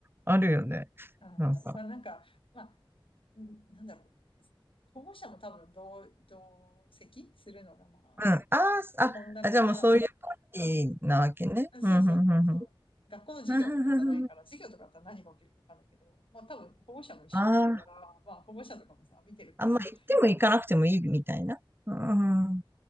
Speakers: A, on the right (about 25°); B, on the left (about 75°).
A: あるよね。
B: ああ、
A: なんか。
B: まあなんか、まあ、んなんだろう。保護者も多分同、同席するのがまあ、
A: うん。ああ、すあ、
B: 基本だから、
A: あ、じゃあもうそういうパーティーなわけね。
B: まあそうそうそうそう。
A: うん、うん、うん、うん。
B: 学校の授業とかじゃないから、
A: うんうんうん
B: 授業とかだったら何が起きるかわかんないけど、まあ多分保護者も一緒にいるから、
A: あーあ、
B: まあ保護者とかもさ、見てるから、
A: あんまあ行っても行かなくてもいいみたいな。うん、うん、